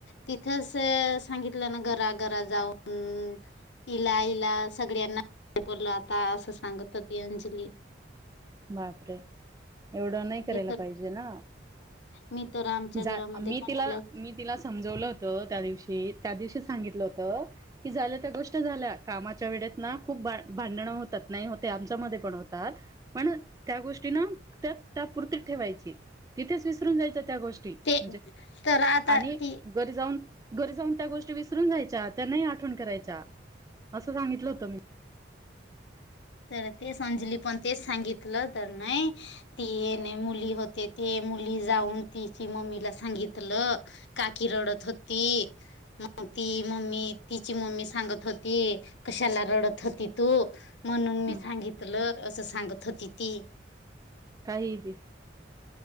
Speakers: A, on the left; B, on the right.
A: तिथच सांगितलं ना घराघरा जाऊन. इला, इला, सगळ्यांना वापरल आता असं सांगत होती अंजली.
B: बापरे! एवढं नाही करायला
A: ती तर
B: पाहिजे ना
A: मी तर आमच्या घरामध्ये
B: जा मी
A: कोणाला
B: तिला मी. तिला समजवलं होत त्या दिवशी, त्या दिवशी सांगितलं होत. कि झाल्या त्या गोष्ट झाल्या, कामाच्या वेडेत ना खूप भांडणं होतात. नाही होते आमच्यामध्ये पण होतात, पण त्या गोष्टी ना त्या त्यापूर्ती ठेवायची. तिथेच विसरून जायच्या त्या गोष्टी,
A: ते
B: म्हणजे
A: तर आता
B: आणि
A: ती
B: गरी जाऊन. घरी जाऊन त्या गोष्टी विसरून जायच्या, त्यां नाही आठवण करायच्या असं सांगितलं होतं मी.
A: तर ते अंजली पण तेच सांगितलं, तर नाही ती एने मुली होते ते मुली जाऊन तिची मम्मीला सांगितलं. काकी रडत होती, मग ती मम्मी तिची मम्मी सांगत होती. कशाला रडत होती तू म्हणून मी
B: हं.
A: सांगितलं, असं सांगत होती ती.
B: काही बी.